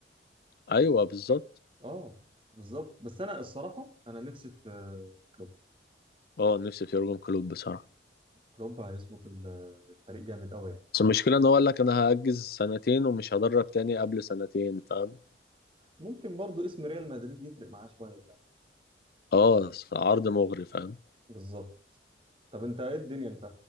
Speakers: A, on the left; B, on the right.
A: ايوه بالظبط
B: اه بالظبط بس انا الصراحه انا نفسي في في كلوب
A: اه نفسي في يورجن كلوب بصراحه
B: كلوب هيظبط ال- الفريق جامد قوي يعني
A: بس المشكله ان هو قال لك انا هاجز سنتين ومش هدرب تاني قبل سنتين فاهم
B: ممكن برضو اسم ريال مدريد يفرق معاه شويه فاهم
A: اه عرض مغري فاهم
B: بالظبط طب انت ايه الدنيا انت